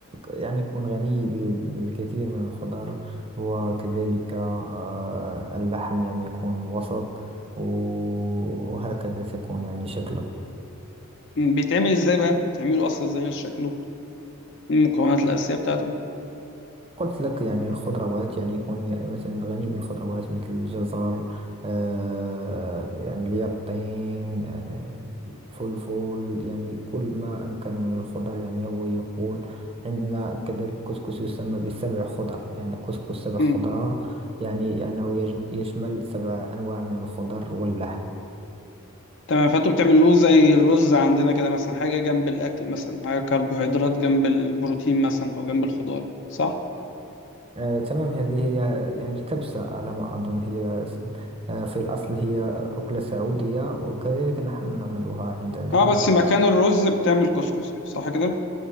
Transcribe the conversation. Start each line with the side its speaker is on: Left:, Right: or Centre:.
Right: يعني يكون غني ب- بالكثير من الخضر وكذلك آه اللحم يعني يكون وسط و- وهكذا تكون يعني شكله
Left: مم. بيتعمل ازاي بقى بتعمله اصلا ازاي غير شكله المكونات الاساسيه بتاعته
Right: قلت لك يعني الخضروات يعني يكون ي- مثلا غني بالخضروات مثل الجزر آه يعني اليقطين آه الفلفل يعني كل ما أمكن من الخضر يعني هو يقول عندنا كذلك كسكس يسمى بسبع خضر يعني كسكس سبع خضرة
Left: مم.
Right: يعني أنه يجم- يشمل سبع أنواع من الخضر واللحم
Left: تمام فانتوا بتعملوه زي الرز عندنا كده مثلا حاجه جنب الاكل مثلا حاجه كربوهيدرات جنب البروتين مثلا او جنب الخضار صح
Right: آه تمام هذه هي يعني الكبسة على ما أظن هي س- آه، في الأصل هي أكلة سعودية وكذلك نحن نعملها عندنا
Left: اه بس
Right: آه،
Left: مكان الرز بتعمل كسكسي صح كده